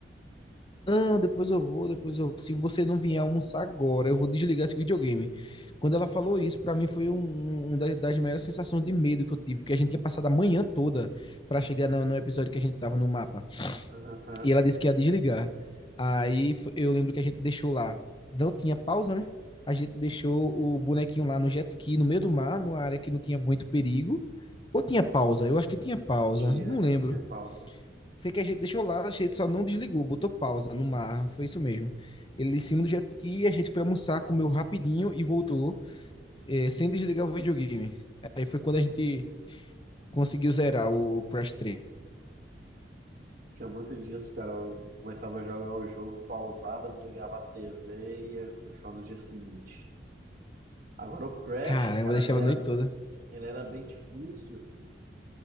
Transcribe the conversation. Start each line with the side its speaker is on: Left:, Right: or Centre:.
Left: não, depois eu vou, depois eu. vou. Se você não vier almoçar agora, eu vou desligar esse videogame. Quando ela falou isso, pra mim foi um, um das, das maiores sensações de medo que eu tive, porque a gente tinha passado a manhã toda pra chegar no, no episódio que a gente tava no mapa.
Right: Aham,
Left: E ela disse
Right: e
Left: que ia desligar. Aí fo- eu lembro que a gente deixou lá. Não tinha pausa, né? A gente deixou o bonequinho lá no jet ski, no meio do mar, numa área que não tinha muito perigo. Ou tinha pausa? Eu acho que tinha pausa,
Right: tinha,
Left: não lembro.
Right: tinha pausa.
Left: Sei que a gente deixou lá, a gente só não desligou, botou pausa no mar, foi isso mesmo. Ele em cima do jet ski, a gente foi almoçar, comeu rapidinho e voltou, eh, sem desligar o videogame. Aí foi quando a gente conseguiu zerar o Crash 3.
Right: Tinha muito disso, cara. Eu começava a jogar o jogo, pausava, desligava a TV e ia puxar no dia seguinte. Agora o Crash,
Left: Caramba,
Right: cara,
Left: eu deixava
Right: ele era,
Left: a noite toda.
Right: ele era bem difícil.